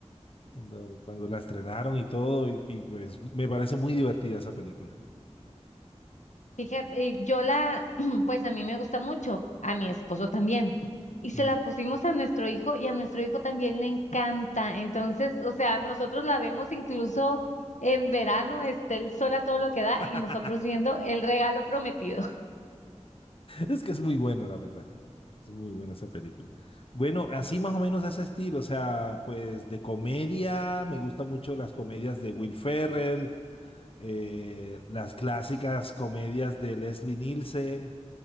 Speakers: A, on the left (about 50°); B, on the left (about 90°).
A: cuando, cuando la estrenaron y todo y, y pues me parece muy divertida esa película.
B: Fíjate, eh, yo la, <clears throat> pues a mí me gusta mucho, a mi esposo también. Y se
A: Mm.
B: la pusimos a nuestro hijo y a nuestro hijo también le encanta. Entonces, o sea, nosotros la vemos incluso en verano, está el sol a todo lo que da
A: <laughs>
B: y nosotros viendo el regalo prometido. <laughs>
A: Es que es muy buena, la verdad. Es muy buena esa película. Bueno, así más o menos ese estilo, o sea, pues de comedia, me gustan mucho las comedias de Will Ferrell, eh, las clásicas comedias de Leslie Nielsen,